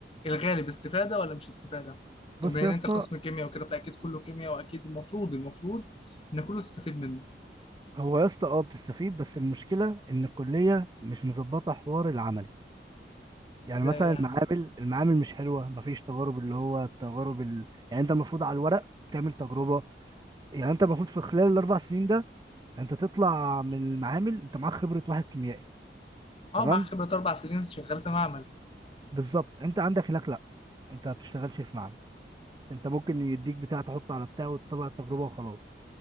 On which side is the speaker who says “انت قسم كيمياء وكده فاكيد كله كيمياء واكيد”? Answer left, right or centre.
Left